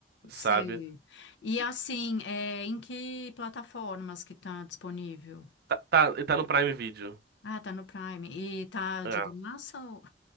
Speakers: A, on the right (about 60°); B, on the left (about 75°).
A: sabe?
B: Sei. E
A: E
B: assim, é, em que plataformas que tá disponível?
A: Tá, tá, e tá no Prime Video.
B: Ah, tá no Prime. E tá
A: É.
B: de graça? ou-